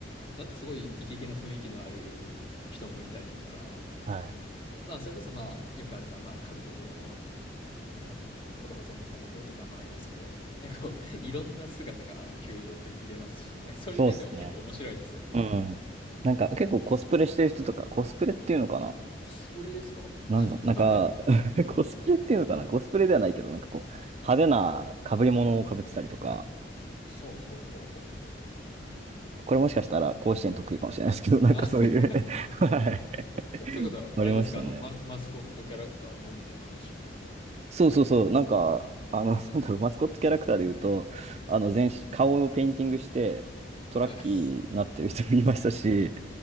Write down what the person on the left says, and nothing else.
なんかすごいイケイケな雰囲気のある人もいたりとか、
まあ、それこそ、まあ、よくあるのは、まあ、家族連れのあ、家族連れというか、子供連れの家族とかもありますけど、なんかこう、いろんな姿があの球場って見れますし、なんかそういう面では結構面白いですよね。
コスプレですか？
<laughs>
ほうほうほうほう。
あ <laughs>、そうい
うことはあれですか、
あの、ママスコットキャラクターのみたいな話ですか？
はい。<laughs>